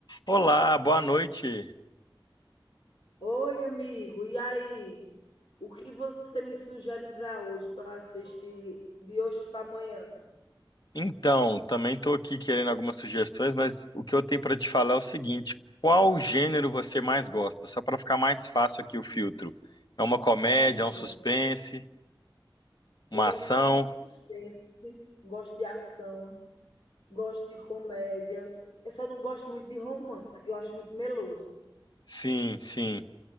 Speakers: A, on the left (about 55°); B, on the left (about 75°).
A: Olá, boa noite.
B: Oi, amigo. E aí? O que você me sugere para hoje, para assistir de hoje para amanhã?
A: Então, também estou aqui querendo algumas sugestões, mas o que eu tenho para te falar é o seguinte: qual gênero você mais gosta? Só para ficar mais fácil aqui o filtro. É uma comédia,
B: Qual gênero?
A: é um suspense, uma
B: Eu gosto
A: ação?
B: de suspense, gosto de ação, gosto de comédia. Eu só não gosto muito de romance, que eu acho muito meloso.
A: Sim, sim.